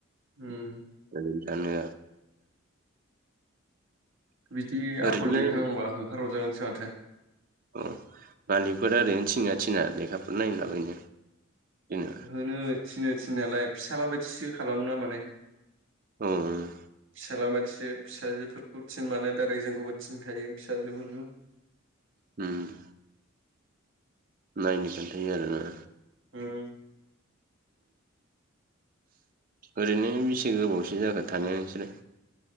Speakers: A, on the right; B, on the right.
A: ओम
B: गो जानो
A: बिदि
B: ओरैनो
A: आखल लिरखायनांगौबा हो होखारहरजागोनसो माथो
B: औ मालिकफोर ओरैनो थिनोना थिना लेखाफोर नायनोलाबायनो
A: होनो थिनो थिननायलाय फिसाला बायदिसो खालामो ना माने
B: ओम
A: फिसाला बायदिसो फिसाजोफोरखौ थिन मानो दारै जोंखौबो थिनखायो फिसाजोफोरखौ
B: ओम नायनो खोन्थायो आरोना
A: होम
B: ओरैनो बेसे गोबावसो जाखो थानाया नोंसोरो